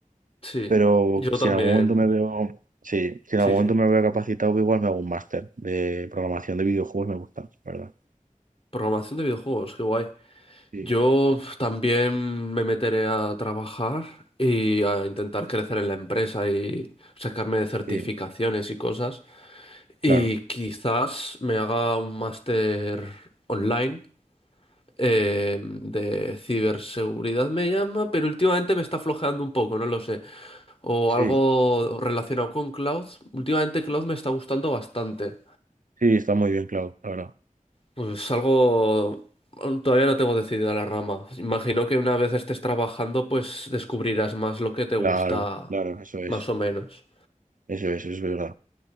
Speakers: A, on the left (about 40°); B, on the right (about 70°).
A: sí,
B: Pero
A: yo
B: si
A: también.
B: en algún momento me veo, sí, si en
A: Sí,
B: algún
A: sí.
B: momento me veo capacitado, igual me hago un máster de programación de videojuegos, me gusta, la ¿verdad?
A: Programación de videojuegos, qué guay.
B: Sí,
A: Yo también me meteré a trabajar y a intentar crecer en la empresa y sacarme de certificaciones
B: sí,
A: y cosas. Y
B: claro.
A: quizás me haga un máster online eh, de ciberseguridad, me llama, pero últimamente me está flojeando un poco, no lo sé. O algo
B: Sí,
A: relacionado con cloud. Últimamente cloud me está gustando bastante.
B: sí, está muy bien, Clau, la verdad.
A: Pues algo... mm, Todavía no tengo decidida la rama. Imagino que una vez estés trabajando, pues descubrirás más lo que te
B: Claro,
A: gusta,
B: claro, eso es,
A: más o menos.
B: eso es, es verdad.